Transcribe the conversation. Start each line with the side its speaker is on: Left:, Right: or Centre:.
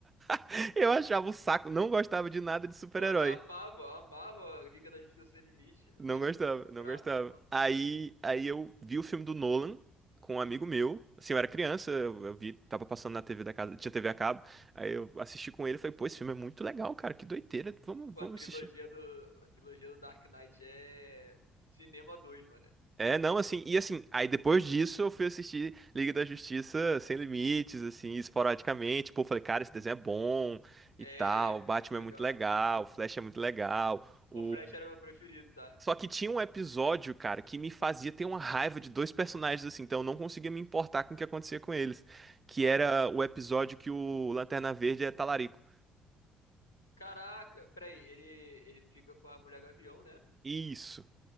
Right: <laughs> Eu achava um saco, não gostava de nada de super-herói.
Left: Mano, eu amava, eu amava a Liga da Justiça Sem Limite. Eu
Right: Não
Left: era
Right: gostava,
Left: muito
Right: não
Left: bravo.
Right: gostava.
Left: Nossa,
Right: Aí, aí eu vi o filme do Nolan com um amigo meu. Assim, eu era criança, eu eu vi, tava passando na TV da casa, tinha TV a cabo. Aí eu assisti com ele e falei, pô, esse filme é muito legal, cara, que doideira, vamos,
Left: Pô,
Right: vamos
Left: a trilogia
Right: assistir.
Left: do, a trilogia do Dark Knight é cinema 2 mano.
Right: É, não, assim, e assim, aí depois disso eu fui assistir Liga da Justiça Sem Limites, assim, esporadicamente. Pô, falei, cara, esse desenho é bom e
Left: É,
Right: tal. O Batman
Left: pô, é legal.
Right: é muito legal, o Flash é muito legal. O...
Left: O Flash era meu preferido, tá?
Right: Só que tinha um episódio, cara, que me fazia ter uma raiva de dois personagens, assim, então eu não conseguia me importar com o que acontecia com eles. Que
Left: Quais?
Right: era o episódio que o Lanterna Verde é talarico.
Left: Caraca, peraí, ele, ele fica com a Mulher Gavião, né?
Right: Isso,